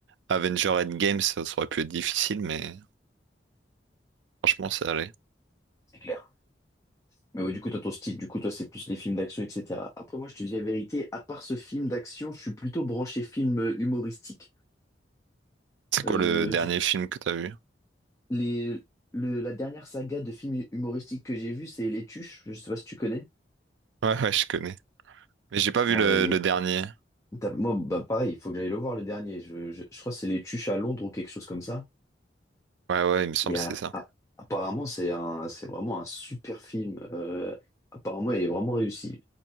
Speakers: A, on the right (about 80°); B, on the left (about 20°).
A: Avenger Endgame, ça, ça aurait pu être difficile, mais franchement, ça allait.
B: C'est clair. Mais ouais, du coup, toi, ton style, du coup, toi, c'est plus les films d'action, etc. Après, moi, je te dis la vérité, à part ce film d'action, je suis plutôt branché film euh, humoristique.
A: C'est quoi
B: Euh,
A: le dernier
B: je
A: film que t'as vu?
B: les, le, la dernière saga de films humoristiques que j'ai vu, c'est Les Tuches. Je sais pas si tu connais.
A: Ouais, ouais, je connais. Mais j'ai pas vu
B: Ah
A: le,
B: bah, les...
A: le dernier.
B: t'as- Moi, bah, pareil, il faut que j'aille le voir le dernier. Je, je, je crois que c'est Les Tuches à Londres ou quelque chose comme ça.
A: Ouais, ouais, il me semble
B: Et
A: que
B: ah,
A: c'est ça.
B: ah, apparemment, c'est un, c'est vraiment un super film. Euh, apparemment, il est vraiment réussi.